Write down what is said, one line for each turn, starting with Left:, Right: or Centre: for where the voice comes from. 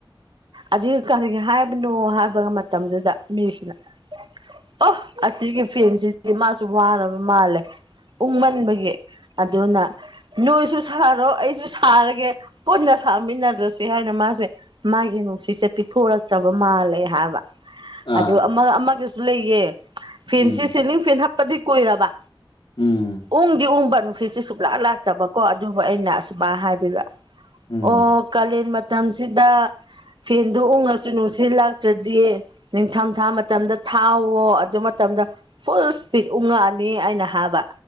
Right: ꯑꯗꯨ ꯀꯔꯤꯒꯤ ꯍꯥꯏꯕꯅꯣ ꯍꯥꯏꯕ ꯃꯇꯝꯗꯨꯗ ꯃꯤꯁꯤꯅ ꯑꯣ ꯑꯁꯤꯒꯤ ꯐꯦꯟꯁꯤꯗꯤ ꯃꯥꯁꯨ ꯋꯥꯅꯕ ꯃꯥꯜꯂꯦ ꯎꯪꯃꯟꯕꯒꯤ ꯑꯗꯨꯅ ꯅꯣꯏꯁꯨ ꯁꯥꯔꯣ ꯑꯩꯁꯨ ꯁꯥꯔꯒꯦ ꯄꯨꯟꯅ ꯁꯥꯃꯤꯟꯅꯔꯁꯤ ꯍꯥꯏꯅ ꯃꯥꯁꯦ ꯃꯥꯒꯤ ꯅꯨꯡꯁꯤꯁꯦ ꯄꯤꯊꯣꯔꯛꯇ꯭ꯔꯕ ꯃꯥꯜꯂꯦ ꯍꯥꯏꯕ
Left: ꯑꯥ
Right: ꯑꯗꯨꯒ ꯑꯃ ꯑꯃꯒꯁꯨ ꯂꯩꯌꯦ ꯐꯦꯟꯁꯤ
Left: ꯎꯝ
Right: ꯁꯤꯂꯤꯡ ꯐꯦꯟ ꯍꯥꯞꯄꯗꯤ ꯀꯣꯏꯔꯕ
Left: ꯎꯝ
Right: ꯎꯪꯗꯤ ꯎꯡꯕ ꯅꯨꯡꯁꯤꯠꯁꯤ ꯁꯨꯡꯛꯂꯥ ꯂꯥꯛꯇꯕꯀꯣ ꯑꯗꯨꯕꯨ ꯑꯩꯅ ꯑꯁꯨꯃ ꯍꯥꯏꯕꯤꯕ
Left: ꯎꯝ
Right: ꯑꯣ ꯀꯥꯟ ꯃꯇꯝꯁꯤꯗ ꯐꯦꯟꯗꯣ ꯎ ꯉꯁꯅ ꯁꯤ ꯂꯥꯛꯇ꯭ꯔꯗꯤ ꯅꯤꯡꯊꯝ ꯊꯥ ꯃꯇꯝꯗ ꯊꯥꯎꯋꯣ ꯑꯗꯨ ꯃꯇꯝꯗ ꯐꯨꯜ ꯏꯁꯄꯤꯠ ꯎꯉꯛꯑꯅꯤ ꯑꯩꯅ ꯍꯥꯕ